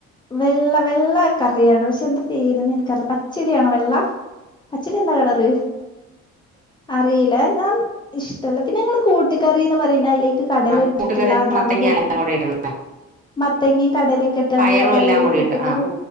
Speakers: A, on the left; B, on the right.
A: വെള്ള വെള്ള കറിയാണ് പക്ഷെ എന്താ പേരന്ന എനിക്കറില്ല പച്ചടിയണോ വെള്ള പച്ചടി എന്താ കളറ് അറിയില്ല ഞാൻ ഇഷ്ടമല്ല പിന്നെ ഞങ്ങ കൂട്ടുകറിന്ന് പറയുന്നതിലേ കടല
B: ആ
A: ഇട്ടിട്ടുള്ള
B: കൂട്ടുകറി
A: അതാണോ
B: മത്തങ്ങ
A: കൂട്ട
B: എല്ലാം കൂടെ ഇട്ടുള്ള
A: മത്തങ്ങയും കടലൊക്കെ ഇട്ടാണ്ടുള്ള
B: പയറും
A: കറിയെല്ലാം
B: എല്ലാം കൂടി
A: കൂട്ടുകറി
B: ഇട്ട് ആ